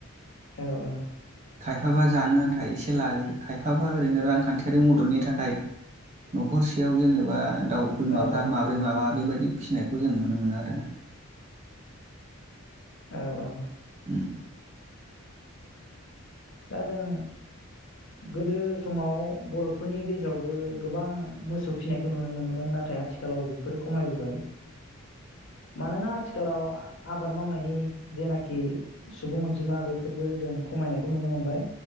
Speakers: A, on the left (about 55°); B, on the right (about 30°).
A: औ औ
B: खायफाबा जानो आन्थाइ एसे लायो खायफाबा ओरैनो रांखान्थियारि मददनि था थाखाय न'खरसेयाव जेनेबा दाउ बिमाफ्रा
A: औ औ
B: माब्रै माबा बेबायदि फिनायखौ जों नुनो मोनो आरो ना
A: औ औ
B: ओम
A: दा जों गोदो समाव बर'फोरनि गेजेरावबो गोबां मोसौ फिनायखौ नुनो मोनोमोन नाथाय आथिखालाव बेफोर खमायबोबाय मानोना आथिखालाव आबाद मावनायनि जेनाखि सुबुं अनजिमा बेफोरबो जों खमायनायखौ खौ नुनो मोनबाय